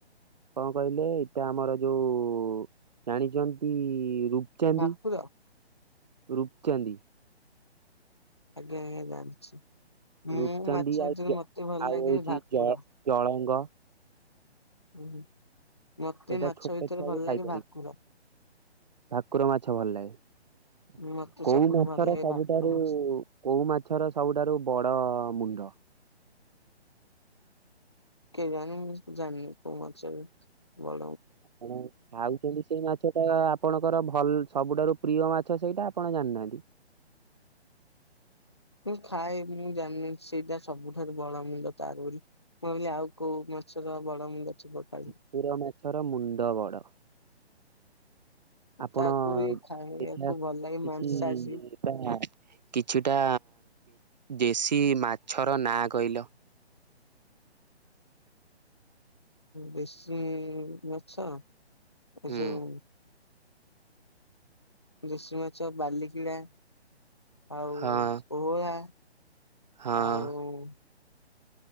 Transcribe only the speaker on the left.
ଭାକୁର
ଆଜ୍ଞା, ଆଜ୍ଞା, ଜାଣିଛି। ମୁଁ
ମାଛ
ଭିତରେ
ମତେ ଭଲ
ଲାଗେ,
ଭାକୁର
ହୁଁ ମତେ
ମାଛ
ଭିତରେ
ଭଲ
ଲାଗେ, ଭାକୁର
ମତେ
ସବୁଠୁ
ଭଲ ଲାଗେ
ଭାକୁର ମାଛ।
କେଜାଣି ମୁଁ ଜାଣିନି, କଉ ମାଛର ବ
ମୁଁ ଖାଏ ମୁଁ ଜାଣିନି, ସେଇଟା ସବୁଠାରୁ ବଡ ମୁଣ୍ଡ ତାର ବୋଲି ମୁଁ ବୋଲିିଲି ଆଉ କୋଉ ମଛର ବଡ ମୁଣ୍ଡ। ଥିବ କାଳେ।
ତାକୁ ବି ଖାଇବାକୁ
ଭଲ ଲାଗେ
ମାଂସାଶୀ।
ଦେଶୀ ମାଛ, ଏଇଯୋଉ
ଦେଶୀ ମାଛ -ବାଲିିକିଣା ଆଉ
ପୋହଳା।
ଆଉ